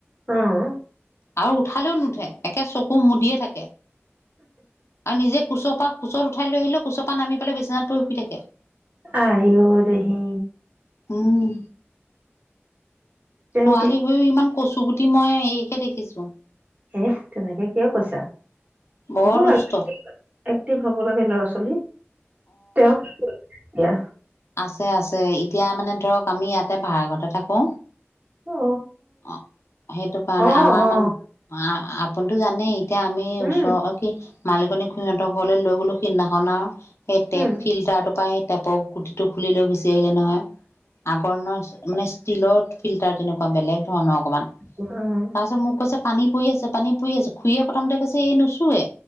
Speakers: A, on the right; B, on the left.
A: উম,
B: আৰু উঠালেও নুঠে একে চকু মুদিয়ে থাকে। আৰু নিজে কোচপা-কোচৰ, উঠাই লৈ আহিলো কুচৰ নামি পেলাই বিছনাত ৰখি থাকে।
A: আই অ দেহি।
B: উম,
A: তেওঁ
B: ছোৱালী হৈও ইমান কচু গুটি। তি মই। এইকে দেখিছো
A: এ তেনেকে কিয় কৈছা?
B: বৰ
A: হ'ব লাগে
B: সুস্থ
A: এক্টিভ হ'ব লাগে ল'ৰা ছোৱালী। তেওঁ কি এতিয়া।
B: আছে- আছে এতিয়া মানে ধৰক আমি ইয়াতে ভা়ড়া ঘৰতে থাকো
A: অ
B: অ' সেইটো কাৰণে
A: অ
B: আমাৰ
A: অ
B: মানে অ' আপুনি তো জানেই। এতিয়া আমি
A: উম
B: ওচৰৰ কি? মালিকনী খুৰী সিহঁতৰ ঘৰলৈ লৈ গলো সিদিনাখন আও। সেই টেপ
A: উম
B: ফিল্টাৰটোৰ পৰা সেই। টেপ টো খুলি লৈ বিচাৰ আহিলে নহয় আগৰ ন মানে। ষ্টীলৰ ফিল্টাৰ তেনেকুৱা। বেলেগ ধৰণৰ অকমান
A: উম
B: তাৰপিছত মোক কৈছে পানী পৰি আছে পানী পুৰি আছে খুুৰে প্ৰথমতে কৈছে এই নুচোৱে।